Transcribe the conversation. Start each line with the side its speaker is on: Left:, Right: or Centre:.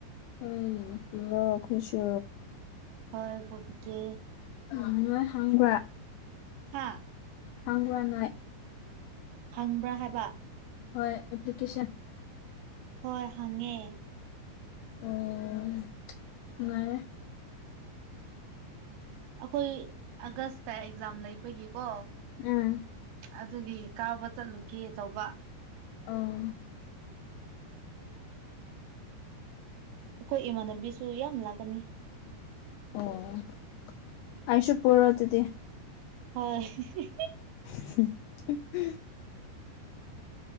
Left: ꯑꯩ ꯄꯨꯔ ꯈꯨꯁꯨ
Right: ꯍꯣꯏ ꯀꯕꯤ ꯀꯦ
Left: ꯎ ꯅꯣꯏ ꯍꯪꯕ꯭ꯔꯥ
Right: ꯍꯥꯥ <unintelligible> <inaudible>
Left: ꯍꯪ꯭ꯔꯅꯥ <inaudible> <unintelligible>
Right: ꯍꯪꯕ꯭ꯔꯥ ꯍꯥꯏꯕ
Left: ꯍꯣꯏ ꯑꯦꯄ꯭ꯂꯤꯀꯦꯁꯟ
Right: ꯍꯣꯏ ꯍꯪꯉꯦ
Left: ꯑꯣ ꯃꯥꯅꯦ
Right: ꯑꯩꯈꯣꯏ ꯑꯥꯒꯁꯇ ꯑꯦꯛꯖꯥꯝ ꯂꯩꯕꯒꯤꯀꯣ
Left: ꯎꯝ <unintelligible> <inaudible>
Right: ꯑꯗꯨꯒꯤ ꯀꯥꯎꯕ ꯆꯠꯂꯨꯒꯦ ꯇꯧꯕ
Left: ꯑꯪ <unintelligible> <inaudible>
Right: ꯑꯩꯈꯣꯏ ꯏꯃꯥꯟꯅꯕꯤꯁꯨ ꯌꯥꯝ ꯂꯥꯛꯀꯅꯤ
Left: ꯑꯣ ꯑꯩꯁꯨ ꯄꯔꯣ ꯑꯗꯨꯗꯤ
Right: ꯍꯣꯏ <unintelligible> <inaudible>
Left: <unintelligible> <inaudible>